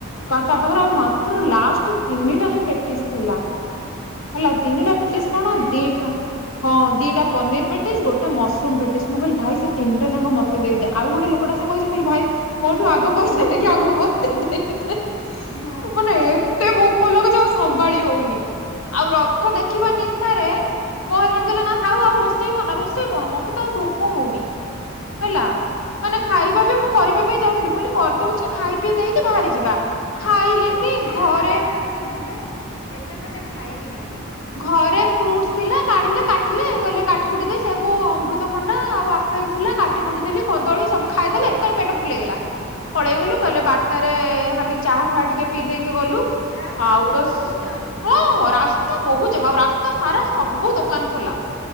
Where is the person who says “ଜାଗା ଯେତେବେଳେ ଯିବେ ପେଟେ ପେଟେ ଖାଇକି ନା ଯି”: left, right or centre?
Left